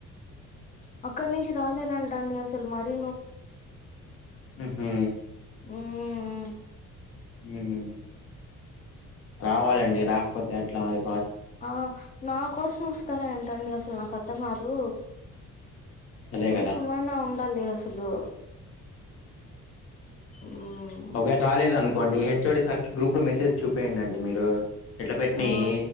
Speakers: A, on the left; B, on the left.
A: ప్చ్ అక్కడ నుంచి రాలేరంట అండి అసలు మర్
B: ఉహు
A: <unintelligible> మ్మ్
B: హ్మ్ రావాలండి రాకపోతే ఎట్లామరి
A: ఆ నా కోస్ మస్ త్తర అంటండి అసలు నాకు అర్థం కాదు
B: అదే
A: కొంచమైనా
B: కదా
A: ఉండాలిగ స్సలు మ్మ్ హ్
B: ఒకవేల రాలేదను కోండి హెచ్ ఓ డి సార్కి గ్రూప్ లో మెసేజ్ చూపయండండి మీరు ఎట్లా పెట్టినయి
A: ఆ